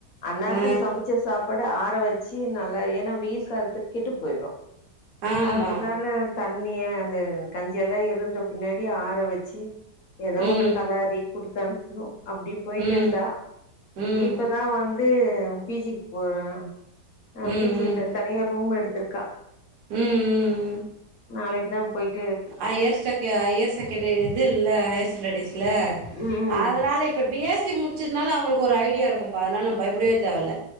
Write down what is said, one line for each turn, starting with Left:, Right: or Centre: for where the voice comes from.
Left: அன்னாரத்துக்கு
Right: ஆ
Left: சமைச்ச சாப்பாடு ஆற வச்சு நல்லா ஏன்னா வெயில் காலத்துக்கு கெட்டு போயிடும்
Right: ஆமா
Left: அதனால தண்ணிய அந்த கஞ்சி எல்லா இருந்த பின்னாடி ஆற வச்சி ஏதோ
Right: ம்
Left: ஒண்ணு கலறி குடுத்து அனுப்பணு அப்படி போயிட்டு
Right: ம்
Left: இருந்தா
Right: ம்
Left: இப்பதா வந்து பிஜிக்கு போற ஆ
Right: ம் ம்
Left: பிஜில்ல தனியா ரூம் எடுத்திருக்கா
Right: ம் ம் ம்
Left: நாளைக்கு தா போயிட்
Right: ஹையர் செக்கி ஹையர் செகண்டரி இது இல்ல ஹையர் ஸ்டரெடிஸ் ல
Left: ம் ம்
Right: அதனால இப்ப வீக்ஸ் தி முடிச்சதுனால அவங்களுக்கு ஒரு ஐடியா இருக்கும்பா அதனால நம் பயப்படவே தேவல்ல